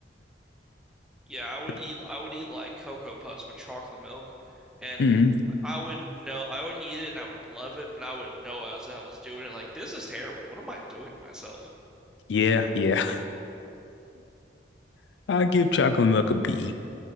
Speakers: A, in the centre; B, on the left.
A: Yeah, I would
B: <laughs>
A: eat I would eat like Cocoa Puffs with chocolate milk, and
B: hmm
A: I would know I would eat it and I would love it, but I would know as I was doing it like this is terrible. What am I doing to myself?
B: Yeah, yeah. <laughs> I give chocolate milk a B